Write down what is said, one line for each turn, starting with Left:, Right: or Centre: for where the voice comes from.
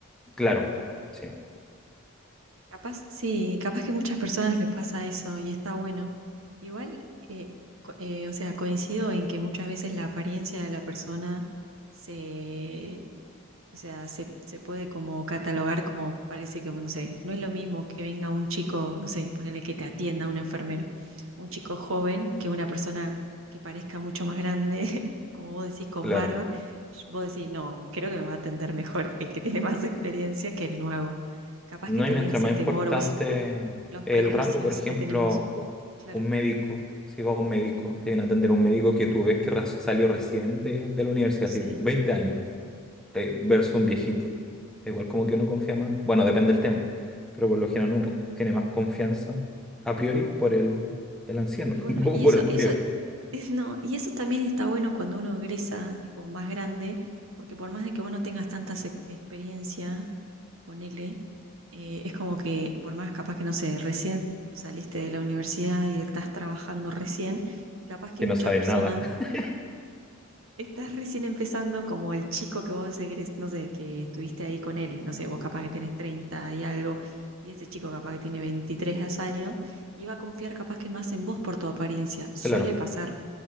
Centre: Claro, sí,
Right: Capaz, sí, capaz que muchas personas les pasa eso y está bueno. Igual, eh, co- eh, o sea, coincido en que muchas veces la apariencia de la persona se, O sea, se, se puede como catalogar como parece que, bueno, no sé, no es lo mismo que venga un chico, no sé, ponele que te atienda un enfermero, un chico joven que una persona que parezca mucho más grande, <laughs> o como vos decís, con
Centre: claro.
Right: barba. Vos decís, no, creo que me va a atender mejor el que tiene más experiencia que el nuevo. Capaz
Centre: No,
Right: que también
Centre: y mientras
Right: ese
Centre: más
Right: temor
Centre: importante
Right: o es los
Centre: el
Right: prejuicios
Centre: rango, por ejemplo,
Right: que tenemos.
Centre: u-
Right: Claro,
Centre: un médico, si vas a un médico, te viene a atender un médico que tú ves que ras- salió recién de, de la universidad,
Right: sí.
Centre: así, 20 años. eh, versus un viejito. Igual como que uno confía más, bueno, depende del tema, pero por lo general uno tiene más confianza a priori por el, el anciano,
Right: Y bueno,
Centre: <laughs>
Right: y
Centre: o por
Right: eso,
Centre: el más
Right: eso
Centre: viejo,
Right: Es- No, y eso también está bueno cuando uno egresa, tipo más grande, porque por más de que vos no tengas tanta experiencia, ponele, eh, es como que por más capaz que no sé, recién saliste de la universidad y estás trabajando recién, y capaz que
Centre: que
Right: muchas
Centre: no sabe
Right: personas
Centre: nada. <laughs>
Right: estás recién empezando como el chico que vos egres, no sé, que estuviste ahí con él, y no sé, vos capaz que tenés 30 y algo, y ese chico capaz que tiene 23 años, y va a confiar capaz que más en vos por tu apariencia, suele
Centre: Claro.
Right: pasar